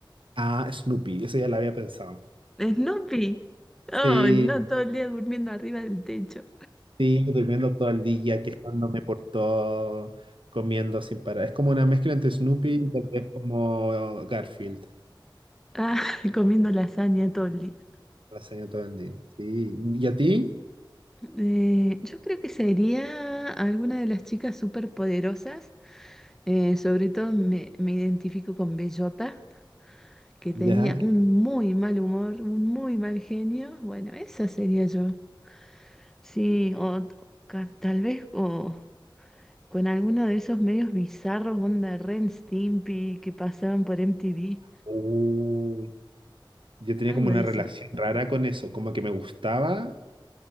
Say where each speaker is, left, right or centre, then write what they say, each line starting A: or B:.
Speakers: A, on the right; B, in the centre.
A: Ah, Snoopy, eso ya lo había pensado.
B: ¿Snoopy?
A: Sí,
B: Oh, no, todo el día durmiendo arriba del techo.
A: sí, durmiendo todo el día, quejándome por todo, comiendo sin parar. Es como una mezcla entre Snoopy y tal vez como Garfield,
B: Ah, <laughs> comiendo lasaña todo el día.
A: lasaña todo el día. Sí, ¿y a ti?
B: Eh, yo creo que sería alguna de las chicas superpoderosas. Eh, sobre todo me, me identifico con Bellota, que tenía
A: Ya.
B: un muy mal humor, un muy mal genio. Bueno, esa sería yo. Sí, o t- ca- tal vez o con alguno de esos medios bizarros, onda Ren Stimpy, que pasaban por MTV.
A: Uy, Yo tenía
B: Algo
A: como una
B: de eso.
A: relación rara con eso, como que me gustaba,